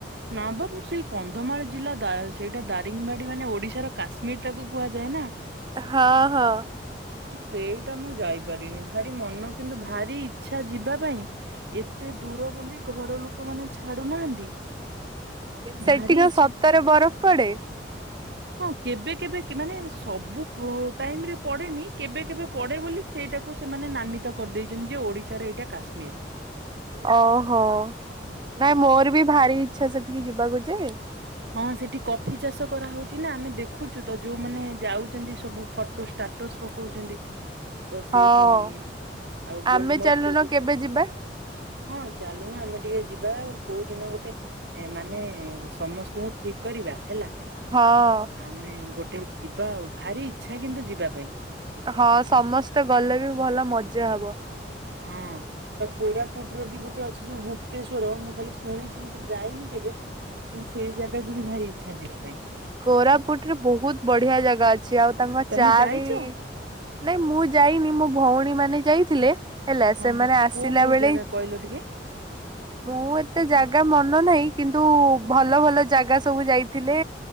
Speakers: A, on the right; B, on the right.
A: ନା ବା ମୁଁ ସେଇ କନ୍ଧମାଳ ଜିଲ୍ଲା ଦା ସେଇଟା ଦା ରିଙ୍ଗବାଡି ମାନେ ଓଡିଶାର କାଶ୍ମୀର ତାକୁ କୁହାଯାଏ ନା।
B: ହଁ- ହଁ।
A: ସେଇଟା ମୁଁ ଯାଇପାରିନି ଭାରି ମନ କିନ୍ତୁ ଭାରି ଇଛା ଯିବା ପାଇଁ। ଏତେ ଦୂର ବୋଲି ଘର ଲୋକ ମାନେ ଛାଡୁ ନାହାନ୍ତି
B: ସେଠି
A: ଭାରି
B: କଣ
A: ଇଚ୍ଛା।
B: ସତରେ ବରଫ ପଡେ?
A: ହଁ କେବେ କେବେ କି ମାନେ ସବୁ ପୁ ଟାଇମରେ ପଡେନି। କେବେ କେବେ ପଡେ ବୋଲି ସେଇଟାକୁ ସେମାନେ ନାମିତ କରିଦେଇଚନ୍ତି ଯେ ଓଡିଶାର ଏଇଟା କାଶ୍ମୀର।
B: ଓହୋ ନାଇଁ ମୋର ବି ଭାରି ଇଛା ସେଠିକି ଯିବାକୁ ଯେ।
A: ହଁ ସେଠି କଫି ଚାଷ କରାହଉଚି ନା ଆମେ ଦେଖୁଚୁ ତ ଯୋଉମାନେ ଯାଉଚନ୍ତି ସବୁ ଫଟୋ ଷ୍ଟାର୍ଟ ଷ୍ଟାର୍ଟସ୍ ପକଉଚନ୍ତି ତ ସେଇଠି
B: ହଁ
A: ଆଉ ଗୋଲ
B: ଆମେ
A: ମରିଚ
B: ଚାଲୁନ
A: ବି
B: କେବେ
A: ହଉଛି।
B: ଯିବା
A: ହଁ ଚାଲୁନ ଆମେ ଟିକେ ଯିବା ଆଉ କୋଉ ଦିନ ଗୋଟେ ମାନେ ସମସ୍ତ ସ୍ତକୁ ଠିକ କରିବା ହେଲା ତା
B: ହଁ।
A: ଆମେ ଗୋଟେ ଯିବା ଆଉ ଭାରି ଇଚ୍ଛା କିନ୍ତୁ ଯିବା ପାଇଁ।
B: ହଁ ସମସ୍ତେ ଗଲେ ବି ଭଲ ମଜା ହବ।
A: ହଁ। ତ କୋରାପୁଟ ର ବି ଗୋଟେ ଅଛି ଯୋଉ ଗୁପ୍ତେଶ୍ୱର ମୁଁ ଖାଲି ଶୁଣିଚି ମୁଁ ତ ଯାଇନି କେବେ। କିନ୍ତୁ ସେଇ ଜାଗାକୁ ବି ଭାରି ଇଚ୍ଛା ଯିବା ପାଇଁ।
B: କୋରାପୁଟରେ ବହୁତ ବଢିଆ ଜାଗା ଅଛି ଆଉ ତାଙ୍କ
A: ତମେ
B: ଚା
A: ଯାଇଛ?
B: ବି ନାଇଁ ମୁଁ ଯାଇନି ମୋ ଭଉଣୀ ମାନେ ଯାଇଥିଲେ। ହେଲା
A: ହଁ
B: ସେମାନେ
A: ହଁ
B: ଆସିଲା
A: କୋଉ କୋଉ
B: ବେଳେ
A: ଜାଗା କହିଲ ଟିକେ?
B: ମୁଁ ଏତେ ଜାଗା ମନ ନାହିଁ କିନ୍ତୁ
A: ଆଛା
B: ଭଲ ଭଲ ଜାଗା ସବୁ ଯାଇଥିଲେ